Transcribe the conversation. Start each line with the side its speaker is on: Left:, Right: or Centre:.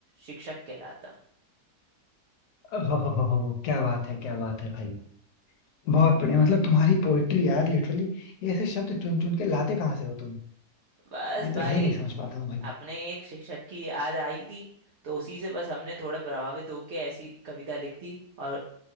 Right: शिक्षक कहलाता
Left: हो, हो, हो, हो, क्या बात है क्या बात है भाई बहुत बढ़िया मतलब तुम्हारी पोइट्री यार लिटरली ऐसे शब्द चुन चुन के लाते कहाँ से हो तुम
Right: बस
Left: मैं तो
Right: भाई
Left: यही नहीं समझ पाता हूँ भाई
Right: अपने एक शिक्षक की याद आई थी तो उसी से बस हमने थोड़ा प्रभावित होकर ऐसी कविता लिख दी और